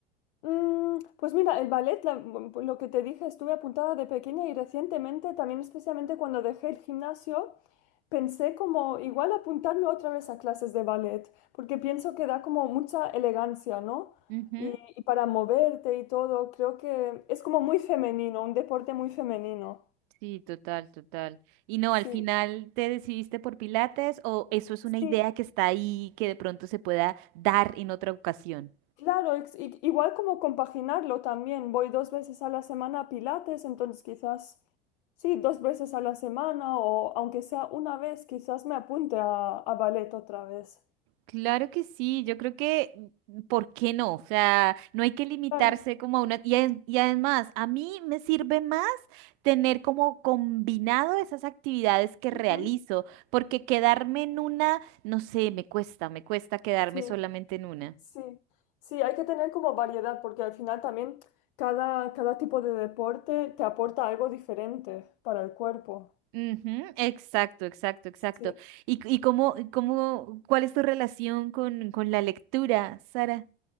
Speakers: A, on the left; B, on the right.
A: Mm, Pues mira, el ballet, la- mm, lo que te dije, estuve apuntada de pequeña y recientemente, también especialmente cuando dejé el gimnasio, pensé como igual apuntarme otra vez a clases de ballet, porque pienso que da como mucha elegancia, ¿no?
B: Ujú,
A: Y, y para moverte y todo, creo que es como muy femenino, un deporte muy femenino.
B: Sí, total, total. Y no,
A: Sí,
B: al final te decidiste por Pilates o eso es
A: sí.
B: una idea que está ahí que de pronto se pueda dar en otra ocasión.
A: Claro, ex- i- igual como compaginarlo también. Voy dos veces a la semana a Pilates, entonces quizás, sí, dos veces a la semana o aunque sea una vez, quizás me apunte a, a ballet otra vez.
B: Claro que sí, yo creo que, ¿por qué no? O sea, no hay que limitarse
A: Claro.
B: como a una... Y, ad- y además, a mí me sirve más tener como combinado esas actividades que realizo,
A: ujú,
B: porque quedarme en una, no sé, me cuesta, me cuesta quedarme
A: Sí,
B: solamente en una.
A: sí. Sí, hay que tener como variedad porque al final también cada, cada tipo de deporte te aporta algo diferente para el cuerpo.
B: Ujú, exacto, exacto, exacto.
A: Sí.
B: ¿Y, c- y cómo, cómo, cuál es tu relación con, con la lectura, Sara?